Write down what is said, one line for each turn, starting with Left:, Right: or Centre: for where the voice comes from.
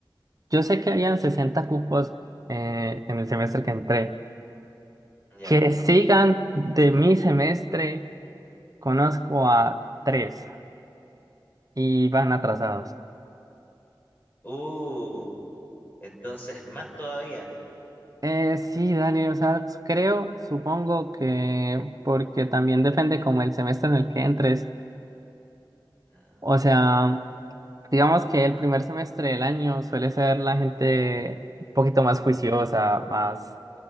Right: yo sé que habían 60 cupos eh, en el semestre que entré.
Left: Ya.
Right: Que sigan de mi semestre, conozco a tres y van atrasados.
Left: Uh, entonces más todavía.
Right: Eh, sí, dale, o sea, creo, supongo que porque también depende como el semestre en el que entres.
Left: Ah,
Right: O sea, Digamos que el primer semestre del año suele ser la gente un poquito más juiciosa, más